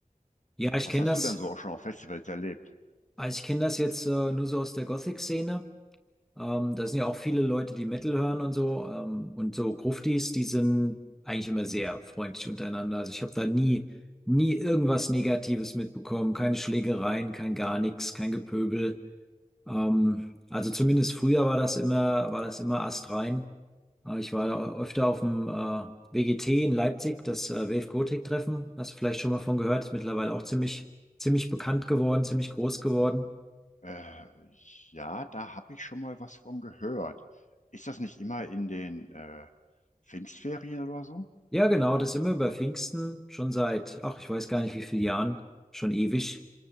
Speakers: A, in the centre; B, on the left (about 60°).
A: ja, ich
B: Was
A: kenne
B: hast
A: das,
B: du denn so auch schon auf Festivals erlebt?
A: also ich kenne das jetzt äh, nur so aus der Gothic-Szene. Ähm, da sind ja auch viele Leute, die Metal hören und so. Ähm, und so Gruftis, die sind eigentlich immer sehr freundlich untereinander. Also ich habe da nie, nie irgendwas Negatives mitbekommen. Keine Schlägereien, kein gar nichts, kein Gepöbel. Ähm, also zumindest früher war das immer, war das immer astrein. Äh, ich war da öfter auf dem äh, WGT in Leipzig, das äh, Wave Gothic Treffen. Hast du vielleicht schon mal von gehört? Ist mittlerweile auch ziemlich, ziemlich bekannt geworden, ziemlich groß geworden.
B: Äh, ja, da habe ich schon mal was von gehört. Ist das nicht immer in den äh, Pfingstferien oder so?
A: Ja, genau, das sind wir über Pfingsten schon seit, ach, ich weiß gar nicht wie vielen Jahren, schon ewig.